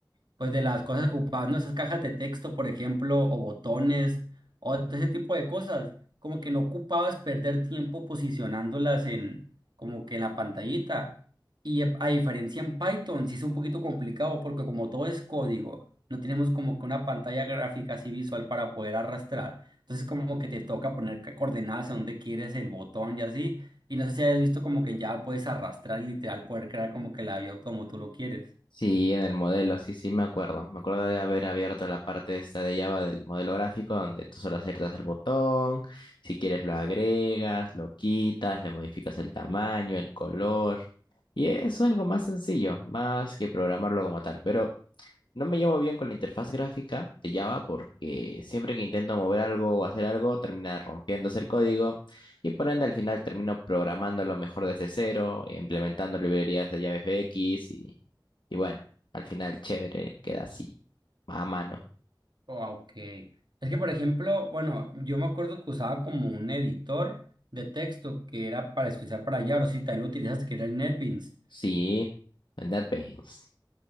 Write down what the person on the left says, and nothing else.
Sí, en el modelo, sí, sí, me acuerdo. Me acuerdo de haber abierto la parte esta de Java del modelo gráfico, donde tú solo aciertas el botón, si quieres lo agregas, lo quitas, le modificas el tamaño, el color. Y es algo más sencillo, más que programarlo como tal. Pero no me llevo bien con la interfaz gráfica de Java porque siempre que intento mover algo o hacer algo, termina rompiéndose el código y por ende al final termino programándolo mejor desde cero, implementando librerías de JavaFX y y bueno, al final chévere, queda así, más a mano.
Sí, en That Pains.